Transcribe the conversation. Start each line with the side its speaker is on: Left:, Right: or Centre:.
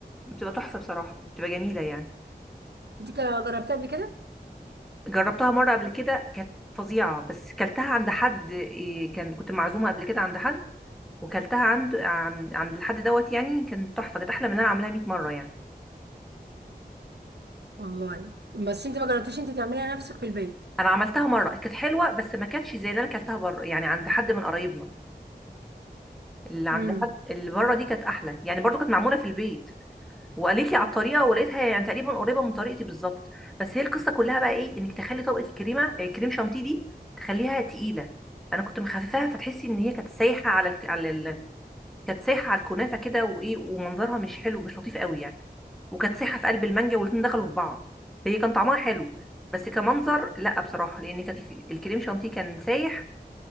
Centre: بتبقى تحفه بصراحه بتبقى جميله يعني
Right: انت كده جربتها قبل كده
Centre: جربتها مرة قبل كده كانت فظيعة بس كلتها عند حد إيه، كان كنت معزومة قبل كده عند حد وكلتها عند عن- عند الحد دوت يعني كانت تحفة كانت أحلى من أنا عاملاها 100 مرة يعني
Right: والله بس انت ما جربتيش انت تعمليها نفسك في البيت
Centre: أنا عملتها مرة كانت حلوة بس ما كانتش زي اللي أنا كلتها بره يعني عند حد من قرايبنا اللي عند
Right: امم
Centre: حد اللي بره دي كانت أحلى يعني برضو كانت معمولة في البيت وقالت لي على الطريقة ولقيتها يعني تقريبا قريبة من طريقتي بالظبط بس هي القصة كلها بقى إيه إنك تخلي طبقة الكريمة إيه، كريم شانتيه دي تخليها تقيلة انا كنت مخففاها فتحسي ان هي كانت سايحه على الك... على ال... كانت سايحه على الكنافه كده وايه ومنظرها مش حلو مش لطيف قوي يعني وكانت سايحه في قلب المانجا والاتنين دخلوا في بعض هي كان طعمها حلو بس كمنظر لا بصراحه لان كانت الك- الكريم شانتيه كان سايح